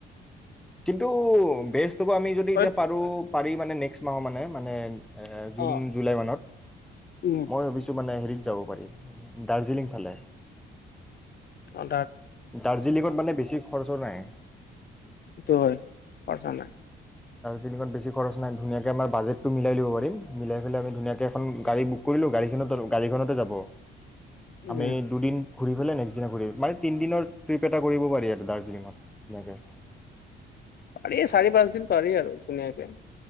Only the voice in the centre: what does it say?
কিন্তু বেছ আমি যদি
এতিয়া পাৰো, পাৰি মানে নেক্সট মাহৰ মানে, মানে এ জুন,
জুলাই মানত।
মই ভাবিছো মানে হেৰিত যাব পাৰি, দাৰ্জিলিং ফালে।
দাৰ্জিলিঙত মানে বেছি খৰচও নাই।
দাৰ্জিলিঙত বেছি খৰচ নাই ধুনীয়াকৈ আমাৰ বাজেটটো মিলাই'িব পাৰিম মিলাই পেলাই আমি ধুনীয়াক এখন গাড়ী বুক কৰিলোঁ গাড়ীখন গাড়ীখনতে যাব।
আমি দুদিন ঘূৰি পেলাই নেক্সট দিনা ঘূৰি মানে তিনিদিনৰ ট্ৰিপ এটা কৰিব পাৰি আৰু দাৰ্জিলিঙত এনেকৈ।